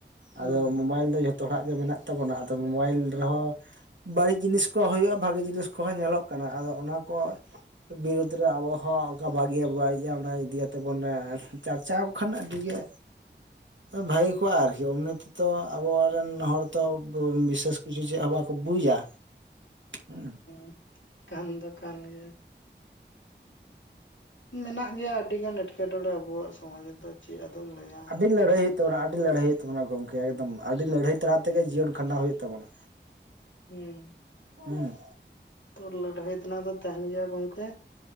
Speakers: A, on the left; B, on the right.
A: ᱦᱩᱸ
B: ᱟᱫᱚ ᱢᱳᱚᱵᱟᱭᱤᱞ ᱫᱚ ᱡᱷᱚᱛᱚ ᱦᱚᱲᱟᱜ ᱜᱮ ᱢᱮᱱᱟᱜ ᱛᱟᱵᱚᱱᱟ ᱟᱫᱚ ᱢᱳᱵᱟᱭᱤᱞ ᱨᱮᱦᱚᱸ ᱵᱟᱹᱲᱤᱡ ᱡᱤᱱᱤᱥ ᱠᱚ ᱦᱳᱭᱳᱜᱼᱟ ᱵᱷᱟᱜᱮ ᱡᱤᱱᱤᱥ ᱠᱚᱦᱚᱸ ᱧᱮᱞᱚᱜ ᱠᱟᱱᱟ ᱟᱫᱚ ᱚᱱᱟ ᱠᱚ᱾ ᱵᱤᱨᱩᱫᱽ ᱨᱮ ᱟᱵᱚ ᱦᱚᱸ ᱚᱱᱠᱟ ᱵᱷᱟᱜᱮ ᱵᱟᱹᱲᱤᱡ ᱚᱱᱟ ᱤᱫᱤ ᱠᱟᱛᱮ ᱵᱚᱱ ᱪᱟᱨᱪᱟᱣ ᱠᱷᱟᱱ ᱟᱹᱰᱤ ᱜᱮ
A: <inaudible>
B: ᱵᱷᱟᱹᱜᱮ ᱠᱚᱜᱼᱟ ᱟᱨᱠᱤ ᱮᱢᱱᱤ ᱛᱮ ᱛᱚ ᱟᱵᱚᱨᱮᱱ ᱦᱚᱲ ᱛᱚ ᱵᱤᱥᱮᱥ ᱠᱤᱪᱷᱩ ᱪᱮᱫ ᱦᱚᱸ ᱵᱟᱠᱚ ᱵᱩᱡᱟ ᱦᱮᱸ
A: <inaudible> ᱠᱟᱱ ᱫᱚ ᱠᱟᱱ ᱜᱮᱭᱟ᱾ ᱢᱮᱱᱟᱜ ᱜᱮᱭᱟ ᱟᱹᱰᱤ ᱜᱟᱱ ᱮᱸᱴᱠᱮᱴᱚᱬᱮ ᱟᱵᱩᱣᱟᱜ ᱥᱚᱢᱟᱡ ᱨᱮᱫᱚ᱾ ᱪᱮᱫ ᱟᱫᱚᱢ ᱞᱟᱹᱭᱟ
B: ᱟᱹᱰᱤ ᱞᱟᱹᱲᱦᱟᱹᱭ ᱦᱩᱭᱩᱜ ᱛᱟᱵᱚᱱᱟ, ᱟᱹᱰᱤ ᱞᱟᱹᱲᱦᱟᱹᱭ ᱦᱩᱭᱩᱜ ᱛᱟᱵᱚᱱᱟ, ᱜᱚᱢᱠᱮ ᱮᱠᱫᱚᱢ ᱟᱹᱰᱤ ᱞᱟᱹᱲᱦᱟᱹᱭ ᱛᱟᱞᱟ ᱛᱮ ᱛᱮᱜᱮ ᱡᱤᱭᱚᱱ ᱠᱷᱟᱸᱰᱟᱣ ᱦᱩᱭᱩᱜ ᱛᱟᱵᱚᱱᱟ᱾
A: ᱦᱮᱸ
B: ᱦᱩᱸ
A: ᱛᱚ ᱞᱟᱹᱲᱦᱟᱹᱭ ᱛᱮᱱᱟᱜ ᱫᱚ ᱛᱟᱦᱮᱱ ᱜᱮᱭᱟ ᱜᱚᱢᱠᱮ᱾